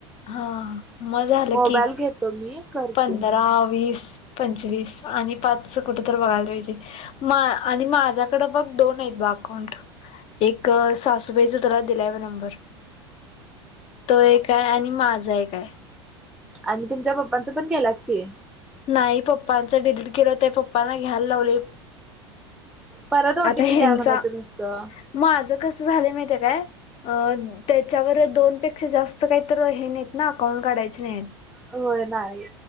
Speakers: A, on the left (about 40°); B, in the centre.
A: हा मग झालं
B: मोबाईल
A: की
B: घेतो मी कर-
A: पंधरा,
B: तू हा
A: वीस, पंचवीस आणि पाचंच कुठं तरी बघायला पाहिजे. म आणि माझ्याकडं बघ दोन आहेत अकाऊंट. एक सासूबाईचा तुला दिलाय ब नंबर. तो एक हे आणि माझा एक हे.
B: आणि तुमच्या पप्पांचा पण केलास की.
A: नाही पप्पांचं डिलीट केलं ते. पप्पांना घ्यायला लावले.
B: परत ओ
A: आता
B: टी
A: ह्यांचा
B: पी द्या म्हणायचं नुसतं.
A: माझं कसं झालं माहितीय काय? अ त्याच्यावर दोन पेक्षा जास्त काहीतर हे नाहीत ना? अकाउंट काढायचे नाही.
B: होय नाही.